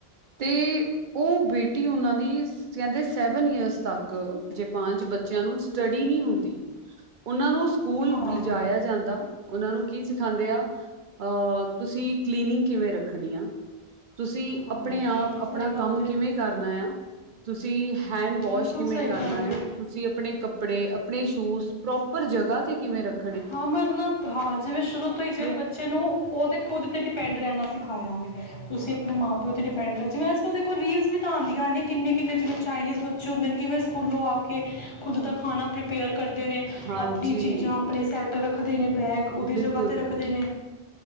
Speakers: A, on the right; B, on the left.
A: ਤੇ ਉਹ ਬੇਟੀ ਉਹਨਾਂ ਦੀ ਕਹਿੰਦੇ, ਸੈਵਨ ਈਅਰਸ ਤੱਕ ਕ ਜਾਪਾਨ ਚ ਬੱਚਿਆਂ ਨੂੰ ਸਟੱਡੀ ਨਹੀਂ ਹੁੰਦੀ, ਉਹਨਾਂ ਨੂੰ ਸਕੂਲ
B: ਹਾਂ
A: ਲਿਜਾਇਆ ਜਾਂਦਾ ਉਹਨਾਂ ਨੂੰ ਕੀ ਸਿਖਾਦੇ ਆ, ਅਹ ਤੁਸੀਂ ਕਲੀਨਿੰਗ ਕਿਵੇਂ ਰੱਖਣੀ ਆ ਤੁਸੀਂ
B: ਹਾਂ
A: ਆਪਣੇ
B: ਬਿਲਕੁਲ
A: ਆਪ, ਆਪਣਾ
B: ਸਹੀ ਗੱਲ
A: ਕੰਮ
B: ਹੈ
A: ਕਿਵੇਂ ਕਰਨਾ ਆ। ਤੁਸੀਂ ਹੈਂਡਵੋਸ਼
B: ਬਿਲਕੁਲ
A: ਕਿਵੇਂ
B: ਸਹੀ
A: ਕਰਨਾ
B: ਗੱਲ ਹੈ
A: ਆ, ਤੁਸੀਂ ਆਪਣੇ ਕੱਪੜੇ ਆਪਣੇ ਸ਼ੂਜ ਪ੍ਰੋਪਰ ਜਗ੍ਹਾ ਤੇ ਕਿਵੇਂ ਰੱਖ
B: ਹਾਂ ਮਤਲਬ ਹਾਂ, ਜਿਵੇਂ ਸ਼ੁਰੂ ਤੋਂ ਹੀ ਜਿਵੇਂ
A: ਰ-
B: ਬੱਚੇ ਨੂੰ, ਉਹਦੇ ਖੁਦ ਤੇ ਡਿਪੈਂਡ ਰਹਿਣਾ ਸਿਖਾਇਆ ਜਾਵੇ ਤੁਸੀਂ ਆਪਣੇ ਮਾਂ ਪਿਓ ਤੇ ਡਿਪੈਂਡ ਹੋਨਾ, ਜਿਵੇਂ ਅਜ ਕਲ ਦੇਖੋ ਰੀਲਸ ਵੀ ਤਾਂ ਆਂਦੀਆ ਨੇ, ਕਿਨੇ-ਕਿਨੇ ਜਿਵੇਂ ਚਾਈਨੀਜ਼ ਬੱਚੇ ਹੁੰਦੇ ਨੇ ਕਿਵੇਂ ਸਕੂਲੋਂ ਆ ਕੇ ਖੁਦ ਦਾ ਖਾਣਾ ਪ੍ਰੀਪੇਅਰ ਕਰਦੇ ਨੇ,
A: ਹਾਂਜੀ
B: ਆਪਣੀ ਚੀਜ਼ਾਂ ਸੈਟ ਰੱਖਦੇ ਨੇ ਬੈਗ ਉਹਦੀ
A: ਬਿਲਕੁਲ
B: ਜ੍ਹਗਹ ਤੇ ਰੱਖਦੇ ਨੇ